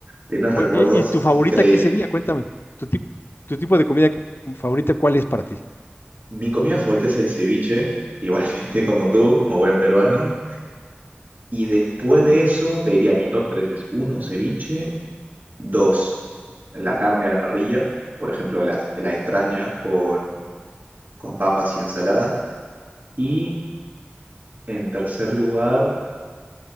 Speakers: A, on the right; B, on the left.
A: Tienes
B: Oye,
A: recuerdos
B: ¿y tu favorita
A: increíbles.
B: qué sería? Cuéntame, tu tipo, tu tipo de comida favorita, ¿cuál es para ti?
A: Mi comida favorita es el ceviche, igualmente <laughs> como tú, como buen peruano. Y después
B: Ujú.
A: de eso, te diría, mi top 3 es uno ceviche, 2 la carne a la parrilla, por ejemplo, la, la entraña con, con papas y ensalada. Y en tercer lugar,